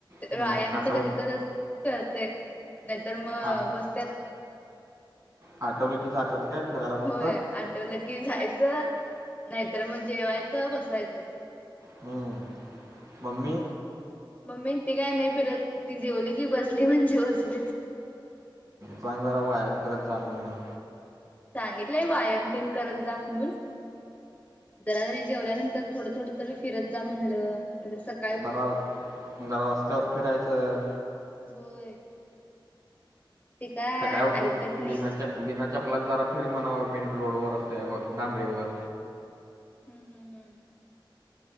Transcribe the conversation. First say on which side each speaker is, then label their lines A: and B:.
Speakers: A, on the right; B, on the left.
A: हम्म,
B: व्यायामचं
A: आठव
B: कधी तरच करतय, नईतर मग,
A: आ-
B: बस्त्यात.
A: आठवलं की जातात. काय फिरायला कुठं
B: होय, आठवलं की जायचं, नायीतर मग जेवायचं बसायचं.
A: हुं, मम्मी?
B: मम्मी ती काय नाई फिरत, ती जेवली की बसली म्हणजे बसलीच.
A: सांग जरा वायाम करत जा म्हणून.
B: सांगितलंय वायाम तेन करत जा म्हणून. जरा जरी, जेवल्यानंतर थोडं थोड तरी, फिरत जा म्हणलंं, नाईतर स
A: जरा र, जरा रस्त्यावर फिरायचं.
B: होय. ते काय
A: सकाळी उठून
B: ऐकत नाही.
A: बिना च्या- बिना चपलाच्या जरा फिर म्हणावं, मीन रोडवर, रस्त्यावर, डांबरीवर.
B: हू हू हू.